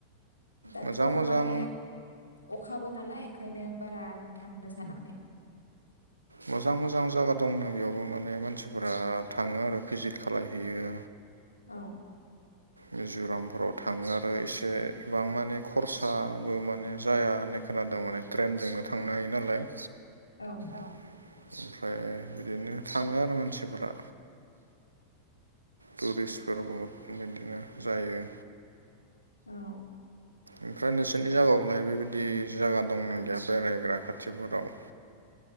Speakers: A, on the left; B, on the right.
A: दाथ'
B: मोजां मोजां
A: माने अखाबो नालाय ओंखायनो बारा थांनो सानाखै
B: मोजां मोजां जायगा दंनो बेयावबो माने मानसिफोरा थाङो आरो भिजिट खालायहैयो।
A: औ
B: मिज'रामफोराव थाङो आरो एसेबां माने खरसाबो माने जाया होननाय खोनादों माने ट्रेइनजोंनो थांनो हायो नालाय
A: औ
B: ओमफ्राय बिदिनो थाङो आरो मानसिफोरा टुरिस्टफोर बहुद बिदिनो जायो।
A: औ
B: ओमफ्राय नोंसोरनि जायगायावलाय बेबायदि जायगा दंना गैया बेरायग्रा खाथिफोराव